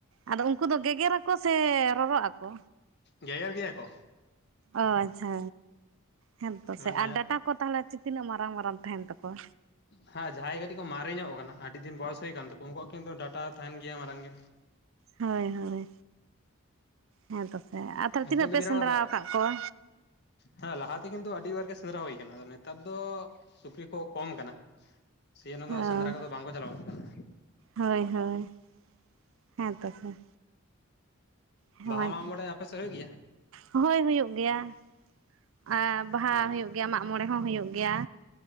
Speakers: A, on the right; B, on the left.
A: ᱟᱫᱚ ᱩᱱᱠᱩ ᱫᱚ ᱜᱮᱜᱮᱨ ᱟᱠᱚ ᱥᱮ ᱨᱚᱨᱚᱜ ᱟᱠᱚ᱾
B: ᱜᱮᱜᱮᱨ ᱜᱮᱭᱟ ᱠᱚ᱾
A: ᱚ ᱟᱪᱪᱷᱟ ᱦᱮᱸ ᱛᱚ
B: ᱢᱟᱱᱮ
A: ᱥᱮ ᱟᱨ ᱰᱟᱴᱟ ᱠᱚ ᱛᱟᱦᱚᱞᱮ ᱛᱤᱱᱟᱹᱜ ᱢᱟᱨᱟᱝ ᱢᱟᱨᱟᱝ ᱛᱟᱦᱮᱱ ᱛᱟᱠᱚᱣᱟ᱾
B: ᱦᱮᱸ ᱡᱟᱦᱟᱸᱭ ᱠᱟᱹᱴᱤᱡ ᱠᱚ ᱢᱟᱨᱮ ᱧᱚᱜ ᱠᱟᱱᱟ᱾ ᱟᱹᱰᱤ ᱫᱤᱱ ᱵᱚᱭᱚᱥ ᱦᱩᱭ ᱠᱟᱱ ᱛᱟᱠᱚᱣᱟ᱾ ᱩᱱᱠᱩᱣᱟᱜ ᱠᱤᱱᱛᱩ ᱰᱟᱴᱟ ᱛᱟᱦᱮᱱ ᱜᱮᱭᱟ ᱢᱟᱨᱟᱝ ᱜᱮ᱾
A: ᱦᱳᱭ ᱦᱳᱭ ᱦᱮᱸ ᱛᱚᱥᱮ ᱟᱨ ᱛᱟᱦᱚᱞᱮ
B: ᱩᱱᱠᱩᱣᱟᱜ
A: ᱛᱤᱱᱟᱹᱜ
B: ᱫᱚ
A: ᱯᱮ
B: ᱵᱤᱨᱟᱴ
A: ᱥᱮᱸᱫᱽᱨᱟ ᱟᱠᱟᱫ ᱠᱚᱣᱟ᱾
B: ᱦᱮᱸ ᱞᱟᱦᱟᱛᱮ ᱠᱤᱱᱛᱩ ᱟᱹᱰᱤᱵᱟᱨ ᱜᱮ ᱥᱮᱸᱫᱽᱨᱟ ᱦᱩᱭ ᱟᱠᱟᱱᱟ᱾ ᱟᱫᱚ ᱱᱮᱛᱟᱨ ᱫᱚ ᱥᱩᱠᱨᱤ ᱠᱚ ᱠᱚᱢ ᱠᱟᱱᱟ᱾ ᱥᱮ ᱚᱱᱟ ᱫᱚ
A: ᱚ
B: ᱥᱮᱸᱫᱽᱨᱟ ᱠᱚᱫᱚ ᱵᱟᱝᱠᱚ ᱪᱟᱞᱟᱣᱚᱜ ᱠᱟᱱᱟ᱾
A: ᱦᱳᱭ ᱦᱳᱭ ᱦᱮᱸ ᱛᱚᱥᱮ᱾ ᱦᱮᱸ
B: ᱵᱟᱦᱟ ᱢᱟᱜᱽ ᱢᱚᱬᱮ ᱟᱯᱮ ᱥᱮᱫ ᱦᱩᱭᱩᱜ ᱜᱮᱭᱟ᱾
A: ᱦᱳᱭ ᱦᱩᱭᱩᱜ ᱜᱮᱭᱟ ᱟᱨ ᱵᱟᱦᱟ
B: ᱚ
A: ᱦᱩᱭᱩᱜ ᱜᱮᱭᱟ ᱢᱟᱜ ᱢᱚᱬᱮ ᱦᱚᱸ ᱦᱩᱭᱩᱜ ᱜᱮᱭᱟ